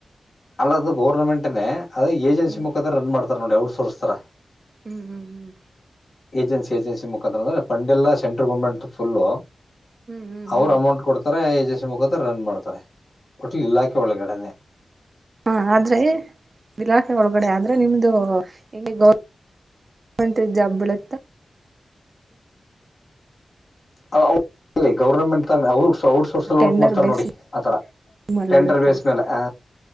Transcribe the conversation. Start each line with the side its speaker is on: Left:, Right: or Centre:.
Left: ಅಲ್ಲದು ಗೌರ್ನಮೆಂಟೆನೆ ಅದ್ರೆ ಏಜನ್ಸಿ
Right: ಹ್ಮ್
Left: ಮುಖಾಂತರ ರನ್ ಮಾಡ್ ತರ್ ನೋಡ್ ಔಟ್ ಸೋರ್ಸ್ ತರ
Right: ಹ್ಮ್ ಹ್ಮ್ ಹ್ಮ್
Left: ಏಜೆನ್ಸಿ ಏಜನ್ಸಿ ಮುಖಾಂತರ ಫಂಡ್ ಎಲ್ಲಾ ಸೆಂಟ್ರಲ್ ಗರ್ಮೆಂಟ್ದು ಪುಲ್ಲು
Right: ಹ್ಮ್ ಹ್ಮ್
Left: ಅವ್ರು
Right: ಹ್ಮ್
Left: ಅಮೌಂಟ್ ಕೊಡ್ತಾರೆ ಜಸ್ ಮುಖಾಂತರ ರನ್ ಮಾಡ್ತಾರೆ ಒಟ್ ಇಲಾಖೆ ಒಳಗಡೆನೆ.
Right: ಹಾ ಆದ್ರೆ ಇಲಾಖೆ ಒಳಗಡೆ ಆದ್ರೆ ನಿಮ್ದು ಈ ಗೌರ್ನ್ ಅಂತ್ ಇದ್ ಯಾವ್ದ್ ಬೀಳತ್ತೆ.
Left: ಅ ಅವ್ ಅಲ್ಲಿ ಗೌರ್ನಮೆಂಟ್ ಔ ಔಟ್ ಸೋರ್ಸಲ್
Right: ಟೆಂಡರ್
Left: ವರ್ಕ್ ಮಾಡ್ತಾರೆ
Right: ಬೇಸ್
Left: ನೋಡಿ ಆತರ
Right: ಮೇಲೆ
Left: ಟೆಂಡರ್
Right: ಬೀಳುತ್ತಾ
Left: ಬೇಸ್ ಮೇಲೆ ಹ